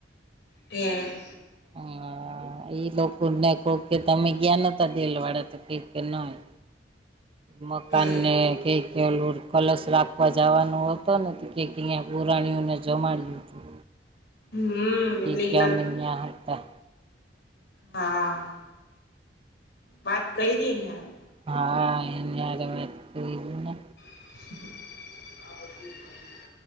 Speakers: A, on the left; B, on the right.
A: હમ્મ.
B: હા. હા એ લોકો ને કો કે તમે ગયા નતા દેલ વાળા તો કઈ કે નહીં. મકાનને
A: હે
B: કેક કેલું કલશ રાખવા જવાનો હતો, ને કે અહીંયા પુરાણીઓને જમાડી હતું.
A: હમ
B: કી
A: એટલે ઈના
B: કે મિન્યા હતા.
A: હા. વાત કરી રહી ની હાલ.
B: હા, એની હારે વાત કરી ને.
A: <unintelligible>